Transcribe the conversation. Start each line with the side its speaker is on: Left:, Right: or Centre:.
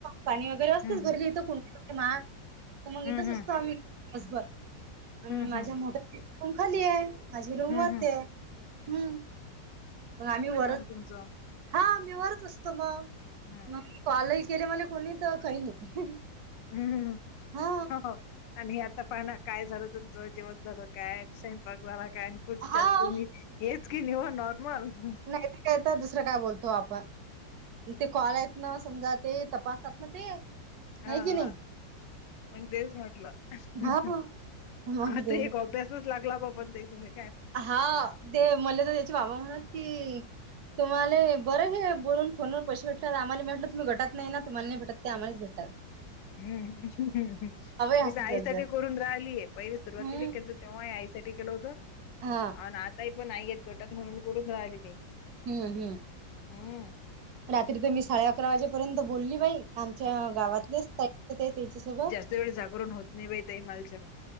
Right: पाणी वगैरे असतेच
Left: हम्म
Right: भरले इथं कुं मान तर मंग
Left: हम्म
Right: इथंच
Left: हम्म
Right: असतो आम्ही दिवसभर. आन
Left: हम्म
Right: माझ्या
Left: हम्म हम्म
Right: मो <inaudible> रूम खाली आहे माझी रूम
Left: हम्म
Right: वरती
Left: हम्म
Right: आहे हम्म. पण आम्ही वर
Left: तुमचा
Right: हा मी वरच असतो मग
Left: हम्म
Right: मग कॉलही केले मला कोणी तर काही नाही.
Left: हम हम्म
Right: हा
Left: हो हो आणि हे आता पहा ना काय झालं त जेवण झालं काय स्वयपाक झाला काय? कुठच्या
Right: हा.
Left: तुम्ही? येत की निव नो बोल हं
Right: नाहीत का तर दुसरं काय बोलतो आपण? ते कॉल आहेत ना समजा ते तपासतात ना ते
Left: हा
Right: आहे की नाही
Left: हा मग तेच म्हटलं हहह
Right: हा मग
Left: आता
Right: ते
Left: एक ओबिव्यस तूच लागला बाबा अन् द्यायचं मी
Right: हा हा ते म्हले तर त्याचे बाबा म्हणत की तुम्हाले बरं हे बोलून फोनवर पैसे भेटतात आम्हाला भेटलं तुम्ही गटात नाही ना तुम्हाला नाही भेटत ते आम्हाला भेटातात.
Left: हम्म हम्म हम्म
Right: हसत
Left: मी तर आईसाठी
Right: जात जात.
Left: करून राहिलीय पहिले सुरुवातीला
Right: हम्म
Left: केलत तेव्हा आई साठी केलं होतं.
Right: हा.
Left: अन आताही पण नाहीयेत गटात म्हणून करून राहिली ती.
Right: हम्म हम्म
Left: हम्म.
Right: रात्री तर मी साडे अकरा वाजेपर्यंत बोलली बाई आमच्या गावातलेच ते त्याच्या सोबत.
Left: चे वेळ जागरण होत नाही बाई ते माया हेच्यानं